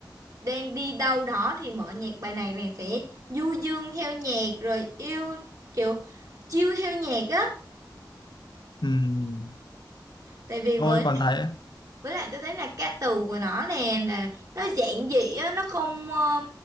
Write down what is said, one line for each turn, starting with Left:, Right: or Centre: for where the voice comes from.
Right: đang đi đâu đó thì mở nhạc bài này này sẽ du dương theo nhạc rồi yêu kiểu chill theo nhạc á
Left: Ừm,
Right: tại vì
Left: tôi
Right: với
Left: còn thấy
Right: với lại tôi thấy là ca từ của nó nè là nó giản dị á nó không ờ,